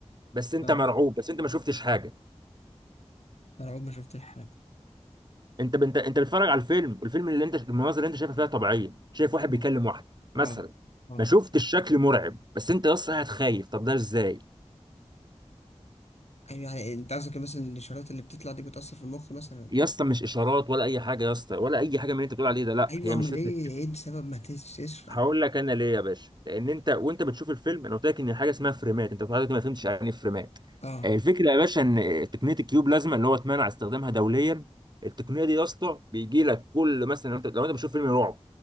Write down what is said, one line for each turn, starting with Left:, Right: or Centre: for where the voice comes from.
Right: بس انت
Left: اه
Right: مرعوب بس انت ما شفتش حاجه
Left: انا عمري ما شفت حاجة
Right: انت بنت... انت بتتفرج على الفيلم والفيلم اللي انت المناظر اللي انت شايفها فيها طبيعيه شايف واحد بيكلم
Left: اه
Right: واحد مثلا
Left: اه اه
Right: ما شفتش شكل مرعب بس انت يا اسطى قاعد خايف طب ده ازاي
Left: ايوه يعني انت قصدك مثلا الاشارات اللي بتطلع دي بتأثر في المخ مثلا ولا
Right: يا
Left: ايه
Right: اسطى مش اشارات ولا اي حاجه يا اسطى ولا اي حاجه من اللي انت بتقول عليه ده لا
Left: ايوه
Right: هي
Left: امال
Right: مش فكره
Left: ايه ايه السبب ما تس- تشرح
Right: هقول لك انا ليه يا باشا لان انت وانت بتشوف الفيلم انا قلت لك ان حاجه اسمها فريمات انت لحضرتك ما فهمتش يعني ايه فريمات
Left: اه
Right: آه، الفكره يا باشا ان تقنيه الكيوب لازمه اللي هو اتمنع استخدامها دوليا التقنيه دي يا اسطى بيجي لك كل مثلا لو انت لو انت بتشوف فيلم رعب